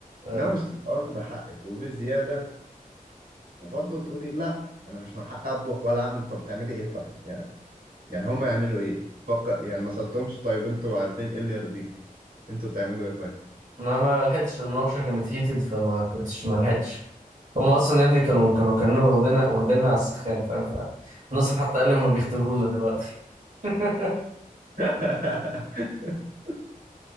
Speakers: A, on the right; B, on the right.
A: أيوة.
B: إنما مش تبقى واخدة حقك وبزيادة وبرضه تقولي لأ أنا مش من حقي أطبخ ولا أعمل طب تعملي إيه طيب يعني يعني هم يعملوا ايه فكر يعني ما سألتهمش طيب انتوا عايزين ايه اللي يرضيكم انتوا تعملوا ايه طيب
A: ما ما لحقتش المناقشة كانت هيتد فما كنتش ما لحقتش هما أصلا يا ابني كانوا كانوا كانوا واخدينا واخديننا على السخان فاهم فناصف حتى قال لي هما بيختبرونا دلوقتي <laughs>
B: <laughs>